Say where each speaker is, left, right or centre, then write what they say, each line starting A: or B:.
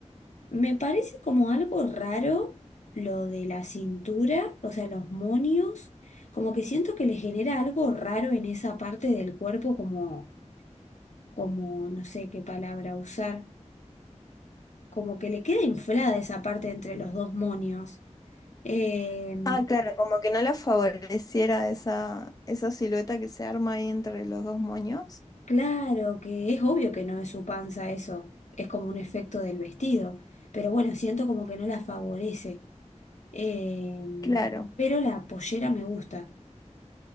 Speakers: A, on the left (about 70°); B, on the left (about 30°).
A: Me parece como algo raro lo de la cintura, o sea, los monios. Como que siento que le genera algo raro en esa parte del cuerpo, como como no sé qué palabra usar, como que le queda inflada esa parte entre los dos monios. Eh,
B: Ah, claro, como que no la favoreciera esa, esa silueta que se arma ahí entre los dos moños.
A: claro que es obvio que no es su panza eso, es como un efecto del vestido, pero bueno, siento como que no la favorece. Eh,
B: Claro,
A: pero la pollera me gusta.